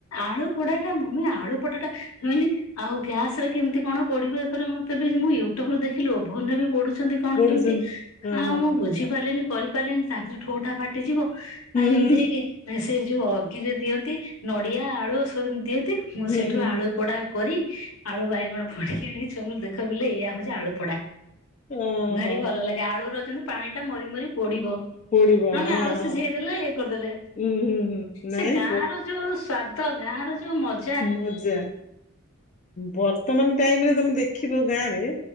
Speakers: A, on the left; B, on the left.
A: ଆଳୁ ପୋଡାଟା ମମି ଆଳୁ ପୋଡାଟା ହୁନି ଆଉ ଗ୍ୟାସ ରେ କେମିତି କଣ ପୋଡିବେ ଇଏ କରିବେ ମୁଁ ତ ବି ମୁଁ ୟୁଟ୍ୟୁବୁ ଦେଖିଲି ଓଭନ ରେ ବି ପୋଡୁ ଛନ୍ତି କଣ
B: ପୋଡୁଛନ୍ତି।
A: କେମିତି
B: ହଁ
A: ଆଉ
B: ହଁ
A: ମୁଁ ବୁଝି ପାରିଲିନି କରିପାରିଲେନି ତାପରେ ଠୋଠା ଫାଟିଯିବ
B: ହୁଁ
A: ଆଉ
B: ହୁଁ
A: ଏମିତି ହେଇକି ଏଁ, ସେ ଯୋଉ ଅଗିରେ ଦିଅନ୍ତି ନଡିଆ ଆଳୁ ସବୁ ଦିଅନ୍ତି,
B: ହୁଁ
A: ମୁଁ ସେଠୁ
B: ହୁଁ ହୁଁ
A: ଆଳୁ ପୋଡା କରି ଆଳୁ ବାଇଗଣ ପୋଡିକି ଆଣିକି ଛୁଆଙ୍କୁ ଦେଖଉଥିଲି ଏଇଆ ହଉଛି ଆଳୁ ପୋଡା।
B: ଓହୋ।
A: ଭାରି ଭଲ ଲାଗେ ଆଳୁ ର ଯେମତି ପାଣି ଟା ମରି ମରି ପୋଡିବ।
B: ପୋଡିବ
A: ଆମେ
B: ହଁ
A: ଆଳୁ
B: ହଁ
A: ସିଝେଇଦେଲେ ଇଏ କରିଦେଲେ।
B: ଉୁଁ ହୁଁ ହୁଁ ନାଇଁ
A: ସେ ଗାଁର
B: ପୋ
A: ଯୋଉ ସ୍ଵାଦ ଗାଁ ର ଯୋଉ ମଜ
B: ମଜା ବର୍ତ୍ତମାନ ଟାଇମ୍ ରେ ତୋମେ ଦେଖିବ ଗାଁରେ